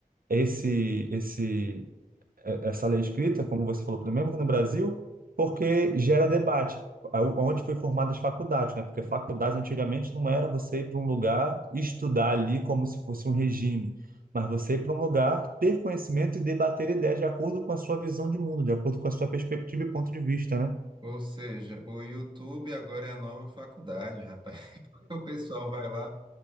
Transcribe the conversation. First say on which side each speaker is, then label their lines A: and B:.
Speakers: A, on the right; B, on the right.
A: esse, esse é, essa lei escrita, como você falou, primeiro que no Brasil, porque gera debate. A- Onde foi formadas as faculdades, né? Porque faculdades antigamente não era você ir para um lugar e estudar ali como se fosse um regime, mas você ir para um lugar, ter conhecimento e debater ideias de acordo com a sua visão de mundo, de acordo com a sua perspectiva e ponto de vista, né?
B: Ou seja, o YouTube agora é a nova faculdade, rapaz. <laughs> Porque o pessoal vai lá.